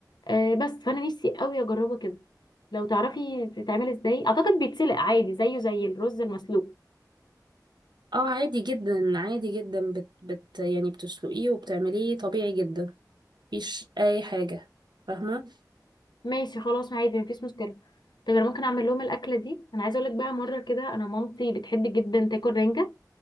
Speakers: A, on the left; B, on the right.
A: آه، بس فانا نفسي قوي اجربه كده لو تعرفي بتتعمل ازاي اعتقد بيتسلق عادي زيه زي الرز المسلوق
B: اه عادي جدا عادي جدا بت, بت يعني بتسلقيه وبتعمليه طبيعي جدا مفيش اي حاجه فاهمه
A: ماشي خلاص عادي مفيش مشكله طب انا ممكن اعمل لهم الاكله دي انا عايزه اقول لك بقى مره كده انا مامتي بتحب جدا تاكل رنجه